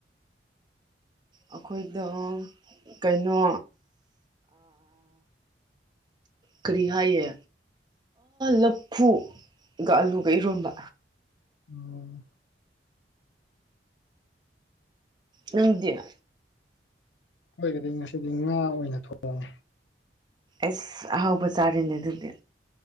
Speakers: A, on the right; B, on the left.
A: ꯑꯩꯈꯣꯏꯗ ꯀꯩꯅꯣ ꯀꯔꯤ ꯍꯥꯏꯌꯦ ꯂꯐꯨꯒ ꯑꯂꯨꯒ ꯏꯔꯣꯟꯝꯕ
B: ꯎꯝ
A: ꯉꯗꯤꯌꯥ
B: ꯑꯣꯏꯈꯒꯗꯤ ꯉꯁꯤꯗꯤ ꯉꯥ ꯑꯣꯏꯅ ꯊꯣꯡ
A: ꯑꯁ ꯑꯍꯥꯎꯕ ꯆꯥꯔꯤꯅꯦ ꯑꯗꯨꯗꯤ